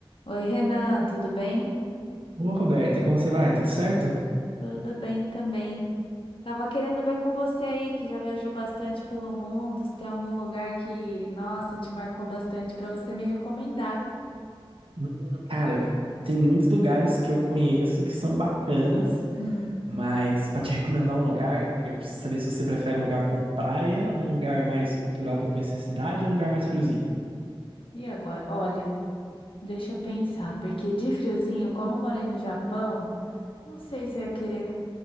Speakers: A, on the left; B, on the right.
A: Oi, Renan, tudo bem?
B: Ô, Roberta, como você vai? Tudo certo?
A: Tudo bem também. Tava querendo ver com você aí, que já viajou bastante pelo mundo, se tem algum lugar que, nossa, te marcou bastante para você me recomendar.
B: Hum, cara, tem muitos lugares que eu conheço que são bacanas,
A: Hum,
B: mas pra te recomendar um lugar, eu preciso saber se você prefere um lugar com praia, um lugar mais cultural pra conhecer a cidade, ou um lugar mais friozinho.
A: e agora? Olha, deixa eu pensar, porque de friozinho, como eu morei no Japão, não sei se eu ia querer,